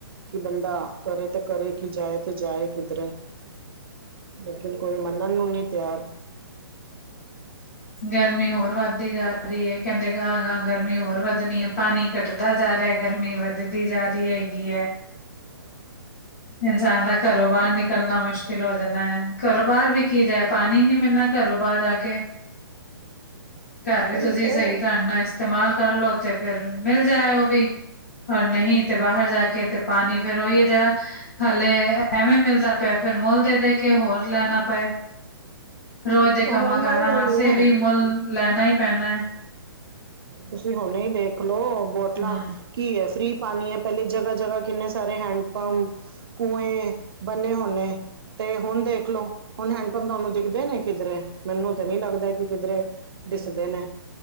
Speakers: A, on the right (about 70°); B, on the left (about 40°).
A: ਕਿ ਬੰਦਾ, ਕਰੇ ਤੇ ਕਰੇ ਕਿ, ਜਾਏ ਤੇ ਜਾਏ ਕਿਧਰੇ। ਲੇਕਿਨ ਕੋਈ, ਮੰਨਣ ਨੂੰ ਨਹੀਂ ਤਿਆਰ।
B: ਗਰਮੀ ਹੋਰ ਵੱਧਦੀ ਜਾ ਰਹੀ ਏ, ਕਹਿੰਦੇ ਗਾਂਹ-ਗਾਂਹ ਗਰਮੀ ਹੋਰ ਵਧਣੀ ਏ, ਪਾਣੀ ਘੱਟਦਾ ਜਾ ਰਿਹਾ, ਗਰਮੀ ਵੱਧਦੀ ਜਾ ਰਹੀ ਹੈਗੀ ਐ।
A: ਹ <inaudible>
B: ਇਨਸਾਨ ਦਾ ਘਰੋਂ ਬਾਹਰ ਨਿਕਲਣਾ ਮੁਸ਼ ਕਿਲ ਹੋ ਜਾਦੈ, ਘਰੋ ਬਾਹਰ ਵੀ ਕੀ ਜਾਏ, ਪਾਣੀ ਹੀ ਨਹੀਂ ਮਿਲਣਾ ਘਰੋ ਬਾਰ ਜਾਕੇ। ਘਰ ਵੀ
A: ਉਹੀ
B: ਤੁਸੀਂ,
A: ਤੇ
B: ਸਹੀ ਢੰਗ ਨਾਲ ਇਸਤੇਮਾਲ ਕਰਲੋ ਤੇ ਫਿਰ ਮਿਲ ਜਾਏ ਉਹ ਵੀ। ਪਰ ਨਹੀਂ, ਤੇ ਬਾਹਰ ਜਾਕੇ ਤੇ ਪਾਣੀ ਫੇਰ ਉਹੀ ਹੈ ਜਿਹੜਾ ਹਾਲੇ ਐਵੇਂ ਮਿਲਦਾ ਪਿਆ, ਫਿਰ ਮੁੱਲ ਦੇ-ਦੇਕੇ ਹੋਰ ਲੈਣਾ ਪਏ, ਰੋਜ਼ ਦੇ
A: ਹੋਣਾ
B: ਕੰਮਾਂ-ਕਾਰਾਂ
A: ਹੀ ਇਹੀ
B: ਵਾਸਤੇ
A: ਹੈ
B: ਵੀ ਮੁੱਲ, ਲੈਣਾ ਈ ਪੈਣੈ।
A: ਤੁਸੀਂ ਹੁਣੇ ਈ ਦੇਖਲੋ, ਬੋਟਲਾਂ
B: ਹਮ
A: ਕੀ ਐ, ਫ੍ਰੀ ਪਾਣੀ ਏ, ਪਹਿਲੇ ਜਗ੍ਹਾ-ਜਗ੍ਹਾ ਕਿੰਨੇ ਸਾਰੇ ਹੈਂਡ ਪੰਪ ਕੁੰਏ ਬੰਨੇ ਹੋੁਣੇ। ਤੇ ਹੁਣ ਦੇਖਲੋ, ਹੁਣ ਹੈਂਡਪੰਪ ਤੁਹਾਨੂੰ ਦਿਖਦੇ ਨੇ ਕਿਧਰੇ, ਮੈਨੂੰ ਤਾਂ ਨਹੀਂ ਲੱਗਦਾ ਕਿ ਕਿਧਰੇ ਦਿਸਦੇ ਨੇ,